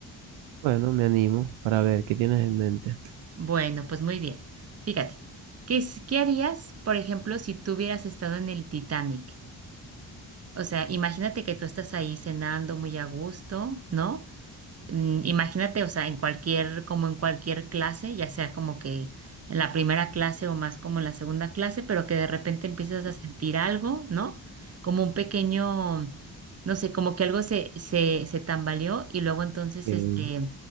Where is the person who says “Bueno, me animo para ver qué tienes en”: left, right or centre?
Right